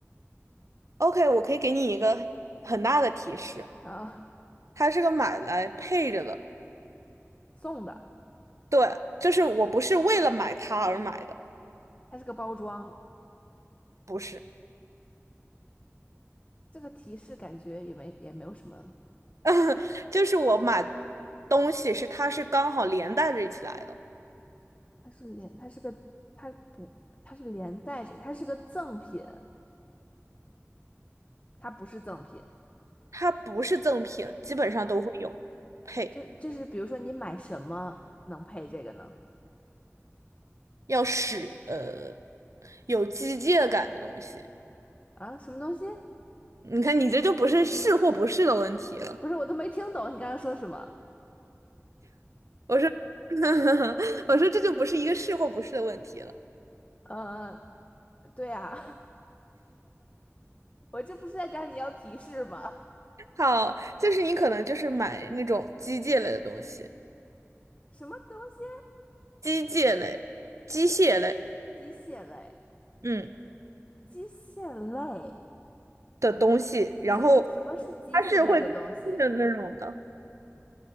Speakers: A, on the right; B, on the left.
A: OK，我可以给你一个很大的提示，
B: 啊，
A: 它是个买来配着的。
B: 送的，
A: 对，就是我不是为了买它而买的，
B: 它是个包装，
A: 不是，
B: 这个提示感觉也没也没有什么，
A: <laughs> 就是我买东西是它是刚好连带着一起来的，
B: 它是连，它是个，它不，它是连带着，它是个赠品，它不是赠品。
A: 它不是赠品，基本上都会有配，
B: 就就是比如说你买什么能配这个呢？
A: 要使呃有机械感的东西。
B: 啊，什么东西？
A: 你看，你这就不是是或不是的问题了。
B: 不是，我都没听懂你刚刚说什么。
A: 我说，<laughs> 我说这就不是一个是或不是的问题了。
B: 呃，对呀，<laughs> 我这不是在讲你要提示吗？
A: 好，就是你可能就是买那种机械类的东西，
B: 什么东西？
A: 机械类、机械类，
B: 机械类，
A: 嗯。
B: 机械类，
A: 的东西，然后
B: 什么什么是机械类的东西？
A: 它是会不开心的那种的，